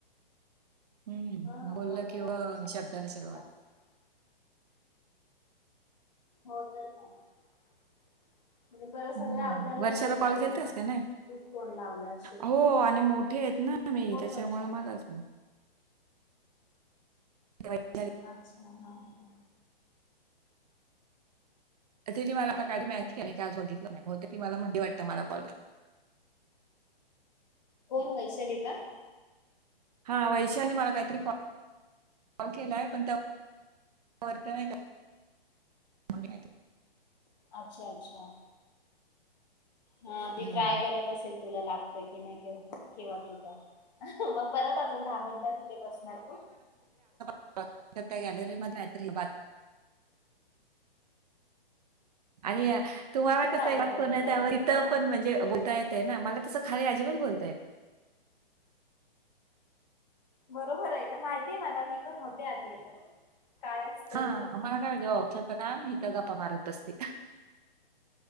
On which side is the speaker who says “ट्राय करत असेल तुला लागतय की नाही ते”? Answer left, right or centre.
Left